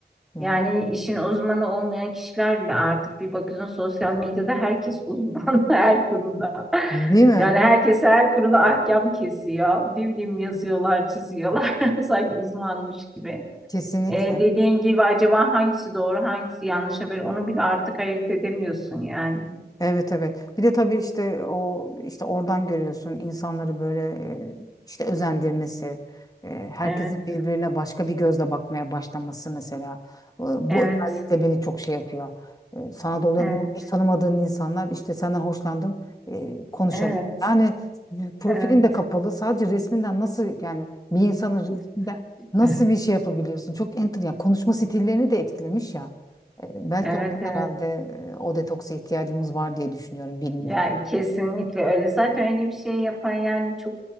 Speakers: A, on the left; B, in the centre.
A: Yani,
B: Yani işin uzmanı olmayan kişiler bile artık bir bakıyorsun sosyal medyada herkes uzman <laughs> her konuda.
A: değil mi?
B: Yani herkes her konuda ahkam kesiyor. Ne bileyim yazıyorlar, çiziyorlar. <laughs> Sanki uzmanmış gibi.
A: Kesinlikle.
B: Ee, dediğin gibi acaba hangisi doğru, hangisi yanlış haber onu bile artık ayırt edemiyorsun yani.
A: Evet evet. Bir de tabii işte o işte oradan görüyorsun insanları böyle e, işte özendirmesi, e, herkesin
B: Evet.
A: birbirine başka bir gözle bakmaya başlaması mesela. E,
B: Evet.
A: Bu özellikle beni çok şey yapıyor. E, Sana dolayan
B: Evet.
A: bir hiç tanımadığın insanlar işte senden hoşlandım e, konuşalım.
B: Evet.
A: Yani profilin
B: Evet.
A: de kapalı sadece resminden nasıl yani bir insanın resminden nasıl
B: <laughs>
A: bir şey yapabiliyorsun? Çok enter yani konuşma stillerini de etkilemiş ya. E, Belki
B: Evet, evet.
A: herhalde e, o detoksa ihtiyacımız var diye düşünüyorum. Bilmiyorum.
B: Ya kesinlikle öyle. Zaten öyle bir şey yapan yani çok